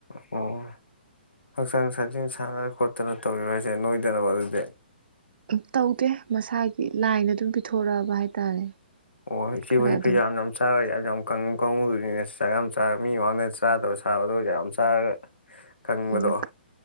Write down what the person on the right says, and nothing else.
ꯎ ꯇꯧꯗꯦ ꯃꯁꯥꯒꯤ ꯂꯥꯏꯅ ꯑꯗꯨꯝ ꯄꯤꯊꯣꯔꯛꯑꯕ ꯍꯥꯏꯇꯥꯔꯦ
ꯈꯔ ꯑꯗꯨꯝ
ꯎꯝ